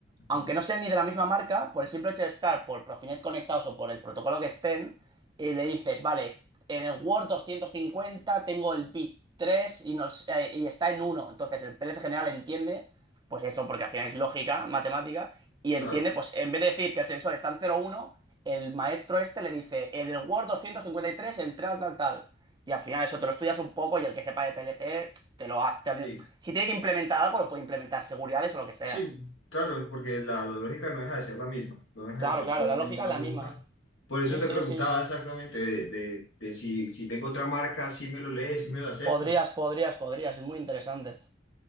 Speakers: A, on the left (about 75°); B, on the right (about 20°).
A: ujú,
B: aunque no sean ni de la misma marca, por el simple hecho de estar por Profinet conectados o por el protocolo que estén, eh, le dices, vale, en el Word 250 tengo el bit 3 y, nos, eh, y está en uno, Entonces el PLC general entiende, pues eso, porque al final es lógica, matemática, y entiende,
A: claro,
B: pues en vez de decir que el sensor está en cero uno, el maestro este le dice, en el Word 253 el tal, tal, tal. Y al final eso te lo estudias un poco y el que sepa de PLC te lo hace. te
A: sí.
B: lo- Si tiene que implementar algo, lo puede implementar, seguridades o lo que sea.
A: Sí, claro, no, porque la, la lógica no deja de ser la misma, no deja
B: Claro,
A: de ser
B: claro,
A: la
B: la
A: misma
B: lógica es la
A: nunca.
B: misma.
A: Por eso
B: Sí,
A: te
B: sí,
A: preguntaba
B: sí.
A: exactamente de, de, de si, si tengo otra marca, si me lo lee, si me lo acepta.
B: Podrías, podrías, podrías. Es muy interesante.